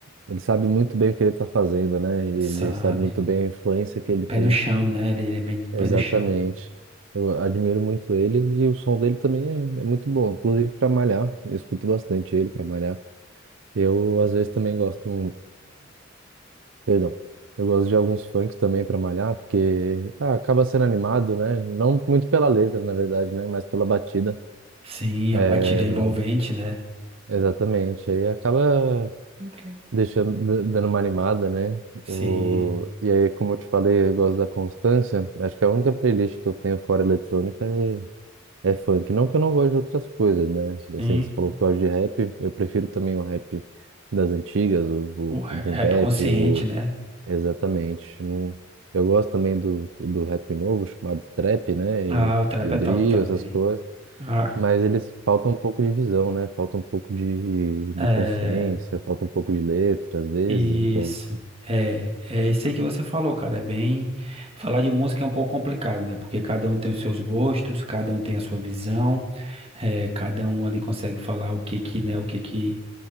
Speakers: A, on the right (about 70°); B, on the right (about 30°).
A: Ele sabe muito bem o que ele está fazendo, né? E ele
B: Sabe?
A: sabe muito bem a influência que ele
B: Pé
A: tem.
B: no chão, né, ele, ele é bem
A: Exatamente.
B: pé no chão.
A: Eu admiro muito ele e o som dele também é, é muito bom. Inclusive para malhar, eu escuto bastante ele para malhar. Eu às vezes também gosto, perdão, eu gosto de alguns funks também para malhar, porque ah, acaba sendo animado, né? Não muito pela letra, na verdade, né? Mas pela batida.
B: Sim,
A: É,
B: a batida é envolvente, né?
A: exatamente. Aí acaba
B: Entregue.
A: deixando, da- dando uma animada, né?
B: Sim,
A: O, e aí, como eu te falei, eu gosto da Constância. Acho que a única playlist que eu tenho fora eletrônica é, é funk. Não que eu não goste de outras coisas, né?
B: sim.
A: Assim, você falou que gosta de rap, eu prefiro também o rap das antigas, o, o,
B: O ra-
A: o boom
B: rap
A: bap,
B: consciente,
A: o,
B: né?
A: exatamente. Não, eu gosto também do, do rap novo, chamado trap, né? E,
B: Ah, o trap
A: e o
B: é
A: drill,
B: top também.
A: essas coisas.
B: Ah.
A: Mas eles faltam um pouco de visão, né? Falta um pouco de, de
B: É,
A: consciência, falta um pouco de letra, às vezes,
B: isso.
A: então.
B: É, é isso aí que você falou, cara. É bem. Falar de música é um pouco complicado, né? Porque cada um tem os seus gostos, cada um tem a sua visão, é, cada um ali consegue falar o que que, né, o que que,